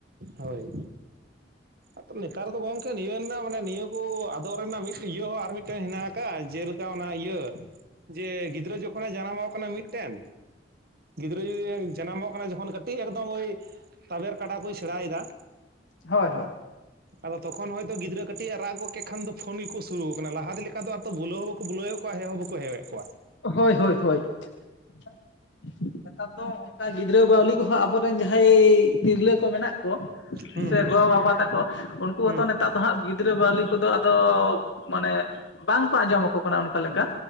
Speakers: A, on the right; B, on the left.
A: ᱦᱳᱭ᱾ ᱟᱫᱚ ᱱᱮᱛᱟᱨ ᱫᱚ ᱜᱚᱝᱠᱮ ᱱᱤᱭᱟᱹ ᱨᱮᱱᱟᱜ ᱢᱟᱱᱮ ᱱᱤᱭᱟᱹ ᱠᱚ ᱟᱫᱚᱜ ᱨᱮᱱᱟᱜ ᱢᱤᱫ ᱤᱭᱟᱹ ᱦᱚᱸ ᱟᱨ ᱢᱤᱫᱴᱮᱱ ᱦᱮᱱᱟᱜᱼᱟ᱾ ᱠᱟ ᱡᱮᱞᱮᱠᱟ ᱚᱱᱟ ᱤᱭᱟᱹ ᱡᱮ ᱜᱤᱫᱽᱨᱟᱹ ᱡᱚᱠᱷᱚᱱᱮ ᱡᱟᱱᱟᱢᱚᱠ ᱠᱟᱱᱟ ᱢᱤᱫᱴᱮᱱ ᱜᱤᱫᱽᱨᱟᱹ ᱡᱟᱱᱟᱢᱚᱜ ᱠᱟᱱᱟ ᱡᱚᱠᱷᱚᱱ ᱠᱟᱹᱴᱤᱡ ᱮᱠᱫᱚᱢ ᱳᱭ ᱛᱵᱮᱨ ᱠᱟᱰᱟ ᱠᱩᱭ ᱥᱮᱬᱟᱭᱫᱟ
B: ᱦᱳᱭ ᱦᱳᱭ᱾
A: ᱟᱫᱚ ᱛᱚᱠᱷᱚᱱ ᱦᱚᱭᱛᱳ ᱜᱤᱫᱽᱨᱟᱹ ᱠᱟᱹᱴᱤᱡᱼ ᱮ ᱨᱟᱜ ᱜᱚᱫ ᱠᱮᱫ ᱠᱷᱟᱱ ᱫᱚ ᱯᱷᱳᱱ ᱜᱮᱠᱚ ᱥᱩᱨᱩᱣ ᱟᱠᱟᱱᱟ ᱞᱟᱦᱟᱛᱮ ᱞᱮᱠᱟ ᱫᱚ ᱟᱨᱚ ᱵᱩᱞᱟᱹᱣ ᱦᱚᱸ ᱵᱟᱠᱚ ᱵᱩᱞᱟᱹᱣᱮᱫ ᱠᱚᱣᱟ ᱦᱮᱣ ᱦᱚᱸ ᱵᱟᱠᱚ ᱦᱮᱣᱮᱫ ᱠᱚᱣᱟ᱾
B: ᱦᱳᱭ ᱦᱳᱭ ᱦᱳᱭ <inaudible> ᱱᱮᱛᱟᱨ ᱫᱚ ᱚᱱᱠᱟ ᱜᱤᱫᱽᱨᱟᱹ ᱵᱟᱣᱞᱤ ᱠᱚ ᱾ ᱦᱚᱸ ᱟᱵᱚᱨᱮᱱ ᱡᱟᱦᱟᱸᱭ ᱛᱤᱨᱞᱟᱹ ᱠᱚ ᱢᱮᱱᱟᱜ ᱠᱚ
A: ᱦᱩᱸ
B: ᱥᱮ
A: ᱦᱩᱸ
B: ᱜᱚ ᱵᱟᱵᱟ ᱛᱟᱠᱚ ᱠᱚ ᱩᱱᱠᱩ
A: ᱦᱩᱸ
B: ᱦᱚᱸᱛᱚ ᱱᱮᱛᱟᱨ ᱫᱚ ᱦᱟᱸᱜ ᱜᱤᱫᱽᱨᱟᱹ ᱵᱟᱣᱞᱤ ᱠᱚᱫᱚ ᱟᱫᱚ ᱢᱟᱱᱮ ᱵᱟᱝᱠᱚ ᱟᱸᱡᱚᱢ ᱟᱠᱚ ᱠᱟᱱᱟ ᱾ ᱚᱠᱟ ᱞᱮᱠᱟ